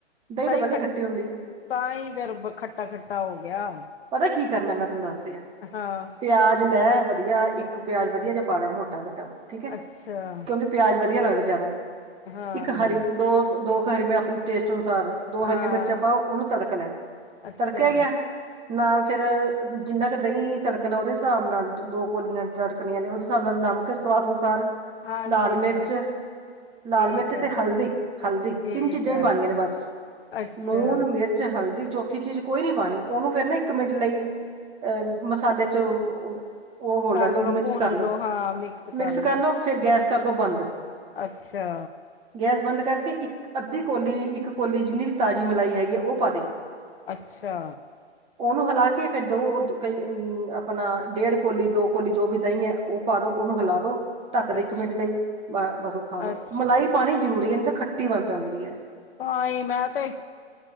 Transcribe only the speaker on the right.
ਦਹੀਂ
ਤਾਂ ਪਹਿਲਾਂ
ਹੀ ਖੱਟੀ ਹੁੰਦੀ।
ਪਤਾ ਕੀ ਕਰਨਾ ਮੈਂ ਤੁਹਾਨੂੰ ਦੱਸਦੀ ਹਾਂ।
ਪਿਆਜ ਲੈ ਵਧੀਆ, ਇੱਕ ਪਿਆਜ ਵਧੀਆ ਜਿਹਾ ਪਾ ਲਾ ਮੋਟਾ ਵੱਡਾ ਠੀਕ ਹੈ‌।
ਕਿਉਂਕਿ ਪਿਆਜ ਵਧੀਆ ਲੱਗਦਾ। ਜ਼ਿਆਦਾ
ਇੱਕ ਹਰੀ, ਦੋ, ਦੋ ਕੁ ਹਰੀ ਮੈਂ ਆਪਣੇ ਟੇਸਟ ਅਨੁਸਾਰ ਦੋ
ਹਰੀਆਂ ਮਿਰਚਾਂ ਪਾਓ ਉਹਨੂੰ ਤੜਕ ਲੈ,
ਤੜਕਿਆ ਗਿਆ। ਨਾਲ ਫੇਿਰ ਜਿੰਨਾ ਕੁ ਦਹੀਂ ਤੜਕਣਾ। ਉਹਦੇ ਹਿਸਾਬ ਨਾਲ ਦੋ ਕੋਲੀਆਂ ਤੜਕਣੀਆਂ ਨੇ ਉਹਦੇ ਹਿਸਾਬ ਨਾਲ ਨਮਕ ਫਿਰ ਸਵਾਦ ਅਨੁਸਾਰ
ਲਾਲ
ਮਿਰਚ ਲਾਲ
ਮਿਰਚ
ਤੇ ਹਲਦੀ। ਹਲਦੀ
ਤਿੰਨ ਚੀਜ਼ਾਂ
ਹੀ ਪਾਣੀਆਂ ਨੇ ਬਸ
ਲੂਣ, ਮਿਰਚ ਤੇ ਹਲਦੀ ਚੌਥੀ ਚੀਜ਼ ਕੋਈ ਨੀ ਪਾਣੀ ਉਹਨੂੰ ਫੇਰ ਨਾ ਇਕ ਚ ਇੱਕ ਮਿੰਟ ਲਈ ਅ ਮਸਾਲੇ ਚ ਉਹ ਹੋ
ਲੈਂਦੋ,
ਮਿਕਸ
ਕਰ ਲੋ।
ਮਿਕਸ
ਕਰ ਲੋ ਫਿਰ ਗੈਸ ਕਰਦੋ ਬੰਦ।
ਗੈਸ ਬੰਦ ਕਰਕੇ। ਇੱਕ ਅੱਧੀ ਕੋੌਲੀ, ਇੱਕ ਕੌਲੀ ਜਿੰਨੀ ਵੀ ਤਾਜ਼ੀ ਮਲਾਈ ਹੈਗੀ ਹੈ। ਉਹ ਪਾ ਦੇ
ਉਹਨੂੰ ਹਿਲਾ ਕੇ ਫੇਿਰ ਦੋ ਕਈ ਅ ਆਪਣਾ ਡੇਢ ਕੋਲੀ, ਦੋ ਕੋਲੀ ਜੋ ਵੀ ਦਹੀਂ ਹੈ। ਉਹ ਪਾ ਦੋ ਉਹਨੂੰ ਹਲਾ ਦੋ ਢੱਕਦੇ
ਇੱਕ ਮਿੰਟ ਲਈ ਬ-ਬਸ ਖਾ ਲਓ।
ਮਲਾਈ ਪਾਣੀ ਜ਼ਰੂਰੀ ਹੈ ਨਹੀਂ ਤਾਂ ਖੱਟੀ ਵੱਧ ਜਾਂਦੀ ਹੈ‌। ‌